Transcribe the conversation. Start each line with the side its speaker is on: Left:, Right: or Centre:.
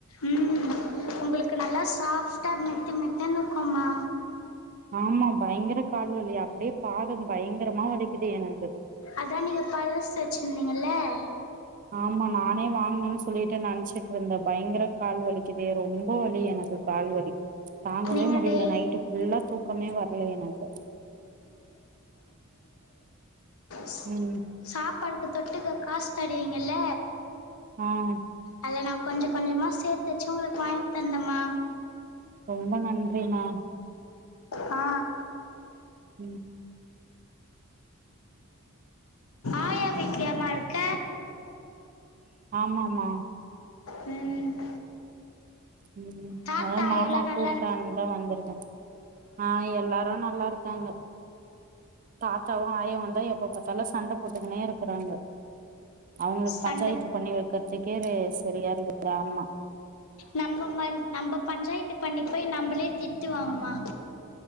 Left: ம் உங்களுக்கு நல்லா சாஃப் ட்ட மெத்து மெத்துன்னு இருக்கும்மா
Right: ஆமா பயங்கர கால் வலி அப்படியே பாதம் பயங்கரமா வலிக்குது எனக்கு
Left: அதா நீங்க பழசு வச்சிருந்தீங்கல்ல
Right: ஆமா நானே வாங்கனன் ஸ் சொல்லிட்டு நன்ச்சிட்டு இருந்தேன் பயங்கர கால் வலிக்குதே ரொம்ப வலி எனக்கு கால்வலி தாங்கவே
Left: நீங்க
Right: முடியல
Left: டெய்
Right: நைட்டு ஃபுல்லா தூக்கமே வரல எனக்கு
Left: ஸ்சு
Right: ம்
Left: சாப் பாடுக்கு தொட்டுக்க காசு தருவிங்கயள்ள
Right: ம்
Left: அதில நா கொஞ்ச கொஞ்சமா சேர்த்துச்சு உங்களுக்கு வாங்கி தந்தம்மா
Right: ரொம்ப நன்றிம்மா
Left: ஆ
Right: ம்
Left: ஆயா வீட்லயம்மா இருக்க
Right: ஆமாம்மா
Left: ம்
Right: ம் ம்
Left: தாத்தா
Right: அதான் மாமா
Left: ஆயாலா நல்லா
Right: கூப்ட்டான்
Left: இருக்கு
Right: தா வந்துருக்கே ஆ எல்லாரு நல்லா இருக்காங்க தாத்தாவு ஆய்ய வந்த எப்ப பாத்தாலு சண்ட போட்டுக்கனே இருக்கறாங்க அவுங்களுக்கு
Left: சண்ட
Right: பஞ்சாயத்து பண்ணி வைக்கறதுக்கே ரேஸ் சரியா இருக்குது ஆமா
Left: நம்ம ம நம்ப பஞ்சாயத்து பண்ணி போய் நம்பளே திட்டுவாங்மா